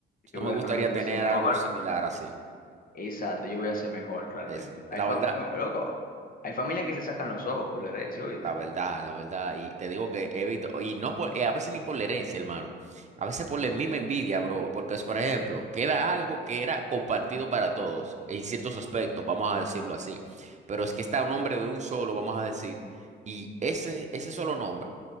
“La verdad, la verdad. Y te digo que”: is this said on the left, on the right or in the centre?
Right